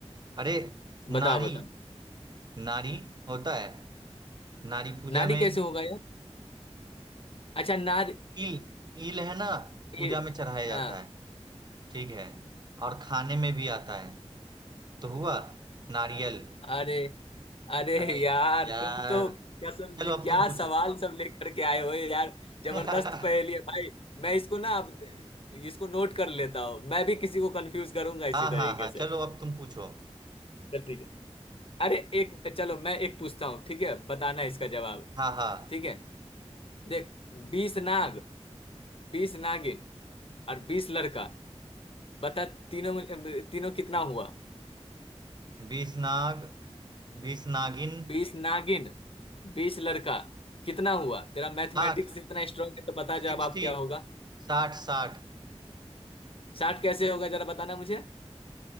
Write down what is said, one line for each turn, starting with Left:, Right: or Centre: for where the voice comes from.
Right: अरे
Left: बताओ
Right: नारी
Left: बताओ
Right: नारी होता है नारी पूजा
Left: नारी
Right: में
Left: कैसे होगा यार अच्छा नारी
Right: ईल ईल है ना पूजा
Left: ये
Right: में चढ़ाया जाता
Left: हाँ
Right: है ठीक है और खाने में भी आता है तो हुआ नारियल
Left: अरे अरे
Right: अरे
Left: यार
Right: यार
Left: तुम तो कसम से
Right: चलो
Left: क्या
Right: अब तुम पूछो
Left: सवाल सब लेकर के आए हो यार जबरदस्त
Right: <laughs> हाँ
Left: पहेली है भाई मैं इसको ना अब इसको नोट कर लेता हूँ मैं भी किसी को कंफ्यूज करूंगा इसी
Right: हाँ
Left: तरीके
Right: हाँ
Left: से
Right: चलो अब तुम पूछो
Left: चल ठीक है अरे एक चलो मैं एक पूछता हूँ ठीक है बताना इसका जवाब
Right: हाँ हाँ
Left: ठीक है देख बीस नाग बीस नागिन और बीस लड़का बता तीनों में- तीनों कितना हुआ
Right: बीस नाग बीस नागिन
Left: बीस नागिन बीस लड़का कितना हुआ तेरा मैथमेटिक्स
Right: साठ
Left: इतना स्ट्रांग है तो बता
Right: सिक्सटी
Left: जवाब क्या होगा
Right: साठ साठ
Left: साठ कैसे होगा जरा बताना मुझे